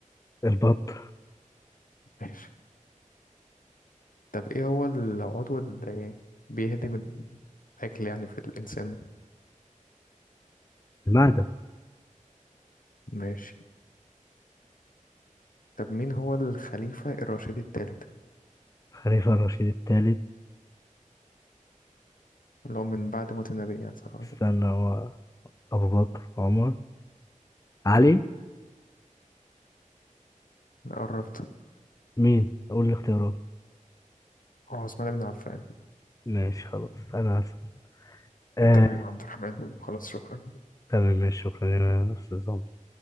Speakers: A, on the left; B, on the left.
A: البط
B: ماشي طب ايه هو العضو اللي بيهدم الاكل يعني في الانسان
A: المهدي
B: ماشي طب مين هو الخليفة الراشدي الثالث
A: خليفة الرشيد الثالث
B: اللي هو من بعد موت النبي يعني صلى الله عليه
A: استنى
B: وسلم
A: هو أبو بكر عمر علي
B: قربت
A: مين قول الاختيارات
B: اه عثمان بن عفان
A: ماشي خلاص أنا هسأل آه
B: تمام يا عبد الرحمن خلاص شكرا
A: تمام ماشي شكرا يا أستاذ عمر